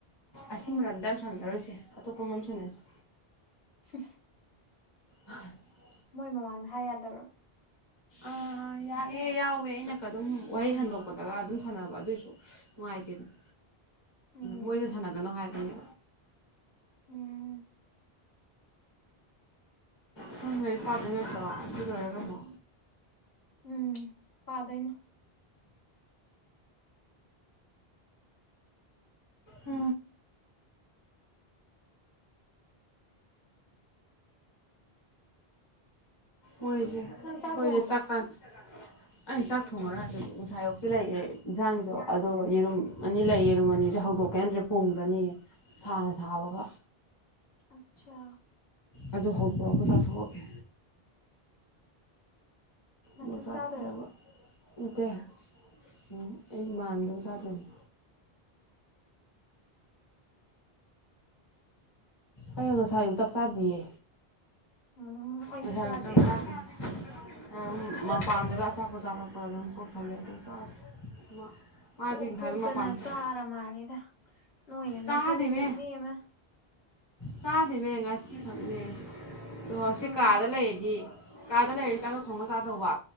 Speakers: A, on the left; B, on the left.
A: ꯑꯁꯤ ꯃꯔꯝꯗ ꯌꯥꯝ ꯁꯥꯟꯅꯔꯣꯏꯁꯦ ꯑꯇꯣꯞꯄ ꯃꯝ ꯁꯥꯟꯅꯁꯤ
B: <unintelligible>
A: ꯑ
B: ꯃꯣꯏ ꯃꯃꯥꯡꯗ ꯍꯥꯏ ꯌꯥꯗꯔꯣ
A: ꯑꯥ ꯌꯥꯏꯑꯦ ꯌꯥꯎꯋꯦ ꯑꯩꯅꯒ ꯑꯗꯨꯝ ꯋꯥꯍꯩ ꯍꯟꯗꯣꯛꯄꯗꯒ ꯑꯗꯨꯝ ꯁꯥꯟꯅꯕ ꯑꯗꯨꯏꯁꯨ ꯅꯨꯡꯉꯥꯏꯇꯦꯅ
B: ꯎꯝ
A: ꯃꯣꯏꯅ ꯁꯥꯟꯅꯒꯅꯣ ꯍꯥꯏꯔꯅꯦ
B: ꯎꯝ
A: ꯁꯨꯝ ꯂꯩ ꯄꯥꯗ ꯅꯠꯇ꯭ꯔꯣ ꯑꯗꯨ ꯂꯣꯏꯔ ꯀꯝꯃꯣ
B: ꯎꯝ ꯄꯥꯗꯣꯏꯩꯅ
A: ꯎ ꯃꯣꯏꯁꯦ ꯑꯩꯈꯣꯏꯁꯦ
B: ꯅꯪ ꯆꯥꯛ ꯊꯣꯡꯉꯕ
A: ꯆꯥꯛꯀꯥꯟ ꯑꯩꯩꯅ ꯆꯥꯛ ꯊꯣꯡꯉꯔ ꯑꯗꯨ ꯉꯅꯨꯡꯁꯥꯌꯣꯛꯇꯤ ꯂꯩꯌꯦꯦ ꯌꯦꯟꯁꯥꯡꯗꯣ ꯑꯗꯨꯒ ꯌꯦꯔꯨꯝ ꯑꯅꯤ ꯂꯩ ꯌꯦꯔꯨꯝ ꯑꯅꯤꯁꯨ ꯍꯧꯗꯣꯛꯀꯦ ꯅꯠꯇ꯭ꯔꯦ ꯄꯨꯡꯗꯅꯤ ꯁꯥꯅ ꯁꯥꯕꯒ
B: ꯑꯆꯥ
A: ꯑꯗꯨꯗ ꯍꯧꯄꯣꯛꯒ ꯆꯊꯣꯛꯑꯒꯦ
B: ꯅꯥꯊꯟ
A: ꯃꯖꯥ
B: ꯆꯥꯗꯣꯏꯔꯣ
A: ꯊꯑꯧꯕ ꯏꯠꯇ ꯎꯝ ꯑꯩ ꯃꯥꯟꯕꯒ ꯆꯗꯣꯏꯅꯦ ꯑꯩ ꯉꯁꯥꯏ ꯑꯌꯨꯛ ꯆꯥꯛ ꯆꯥꯗꯤꯌꯦ
B: ꯎꯝ ꯑꯩꯁꯨ
A: ꯉꯥꯁꯥꯏ
B: ꯆꯥꯗꯦ
A: ꯑꯌꯨꯛ ꯆꯥꯛ ꯆꯥꯗ꯭ꯔꯤ ꯑꯩ ꯃꯄꯥꯟꯗꯨꯗ ꯑꯆꯥꯄꯣ ꯆꯥꯔꯛꯄ꯭ꯔ ꯑꯗꯨꯝ ꯄꯨꯛ ꯊꯜꯂꯦ ꯑꯗꯨꯝ ꯆꯗꯦ ꯃꯥ ꯃꯥꯗꯤ
B: ꯊꯣꯛ
A: ꯉꯁꯥꯏꯗꯣ
B: ꯊꯣꯛꯇꯅ
A: ꯃꯄꯥꯟ ꯊꯣꯛ
B: ꯆꯥꯔ ꯃꯥꯜꯂꯦꯗ ꯅꯣꯏꯅ
A: ꯆꯥꯗꯦꯃꯦ
B: ꯅꯣꯏꯈꯜꯂꯤꯕ ꯏꯕꯦꯝꯃꯥ
A: ꯆꯥꯗꯦꯃꯦ ꯉꯁꯤ ꯈꯛꯅꯦ ꯇꯣ
B: ꯍꯣꯏ
A: ꯁꯤ ꯀꯥꯗ ꯂꯩꯔꯗꯤ ꯀꯥꯗ ꯂꯩꯔꯤ ꯆꯥꯛꯇꯣ ꯊꯣꯡꯉ ꯆꯗꯧꯕ